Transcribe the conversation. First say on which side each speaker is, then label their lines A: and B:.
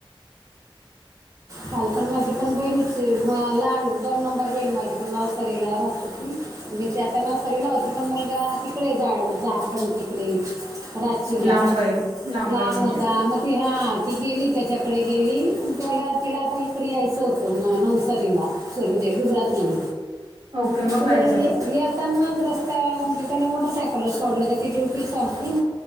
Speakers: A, on the right; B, on the right.
A: झाल पण माझी पण बहिणीच मग लहान दोन नंबर बेल माझी पण नवसरीला राहते हो ती म्हणजे ती आता नवसरीला होती पण मुलगा त तिकडे जाळ झारखंड तिकडे रची ला
B: लांब आहे
A: लांब
B: आहे म्हणजे
A: होता मग त हा ती गेली त्याच्याकडे गेली त्याला तिला आता इकडे यायचं होतं म नवसारीला म्हणजे गुजरात मध
B: ओके
A: अ
B: मग काय झालं
A: त्यांनाच रस्त्या म्हणजे त्यांनी मोटरसायकल सोडलं त्याची ड्युटी संपली